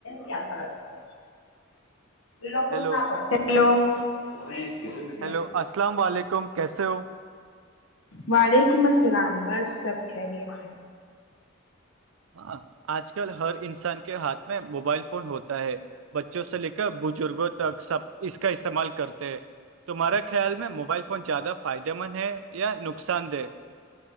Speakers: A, on the left (about 70°); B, on the right (about 70°).
A: کیا فرق پڑے لوگ
B: ہیلو
A: نہ پڑتے ہیلو <inaudible>
B: ہیلو السلام علیکم کیسے ہو
A: وعلیکم السلام بس سب خیریت ہے
B: ہاں آج کل ہر انسان کے ہاتھ میں موبائل فون ہوتا ہوتا ہے بچوں سے لے کر بزرگوں تک سب اس کا استعمال کرتے ہیں تمہارے خیال میں موبائل فون زیادہ فائدے مند ہے یا نقصان دہ